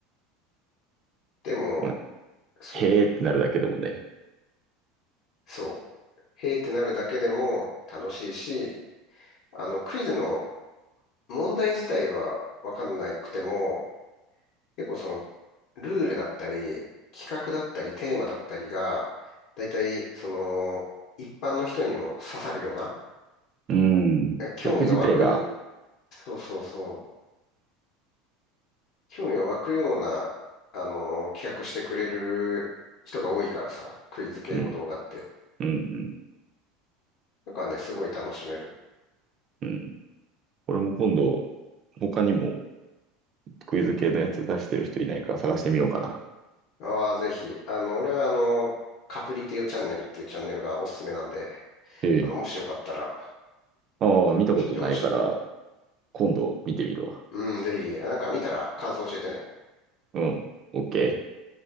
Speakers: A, on the left; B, on the right.
A: でも、
B: まあ、
A: そ、
B: へーってなるだけでもね。
A: そう、へーってなるだけでも楽しいし、あの、クイズの問題自体はわかんなくても、結構その、ルールだったり、企画だったり、テーマだったりが、大体、その、一般の人にも刺さるような、
B: うん。
A: 興味が湧く、
B: 企画自体が、
A: そうそうそう。興味が湧くような、あの、企画してくれる人が多いからさ、クイズ系の動画って。
B: うん、うん、うん。
A: だからね、すごい楽しめる。
B: うん。俺も今度、他にもクイズ系のやつ出してる人いないか探してみようかな。
A: ああ、ぜひ。あの、俺はあの、カプリティオチャンネルっていうチャンネルがおすすめなんで、
B: ええ。
A: あの、もしよかったら、
B: ああ、
A: 視聴視聴してみてください。
B: 見たことないから、今度見てみるわ。
A: うん、ぜひ、なんか見たら感想教えてね。
B: うん。オッケー。